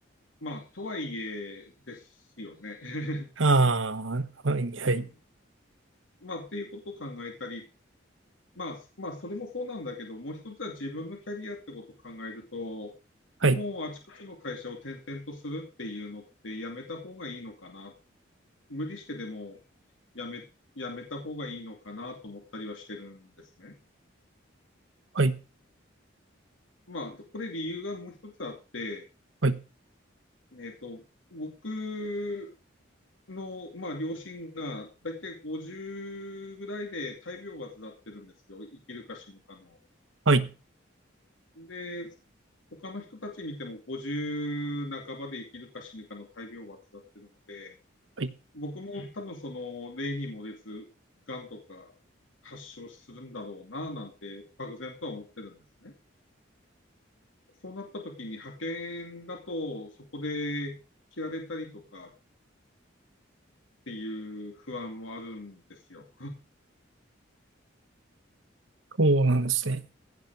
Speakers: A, on the left; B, on the right.
A: まあ、とはいえですよね。<laughs>
B: ああ、はい、はい、
A: うん。まあ、っていうことを考えたり、まあ、まあ、それもそうなんだけど、もう一つは自分のキャリアってことを考えると、
B: はい、
A: もうあちこちの会社を転々とするっていうのってやめた方がいいのかな。無理してでもやめ、やめた方がいいのかなと思ったりはしてるんですね。
B: はい、
A: まあ、これ理由がもう一つあって、
B: はい、
A: えっと、僕の、まあ、両親が、だいたい50ぐらいで大病を患ってるんですよ。生きるか死ぬかの。
B: はい、
A: で、他の人たち見ても50半ばで生きるか死ぬかの大病を患ってるので、
B: はい。
A: 僕も多分その、例に漏れず、癌とか発症するんだろうな、なんて、漠然とは思ってるんですね。そうなった時に派遣だと、そこで切られたりとか、っていう不安もあるんですよ。
B: そうなんですね。